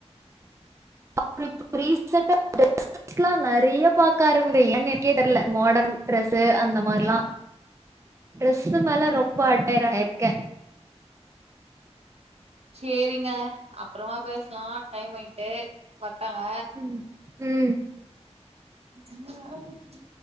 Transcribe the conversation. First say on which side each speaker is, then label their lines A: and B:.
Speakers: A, on the right (about 25°); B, on the right (about 65°).
A: <inaudible> ட்ரஸ்ஸஸ்லா நெறைய பாக்க ஆரம்பி <inaudible> ஏன்னு எனக்கே தெரில மாடர்ன் டிரரெஸ் அந்த மார்லா ட்ரெஸ்சு மேல ரொம்ப அட்டயரா இருக்கே
B: சேரிங்க அப்றமா பேசலா டைம் ஆகிட்டு வர்ட்டாங்க
A: ம் ம்
B: <unintelligible>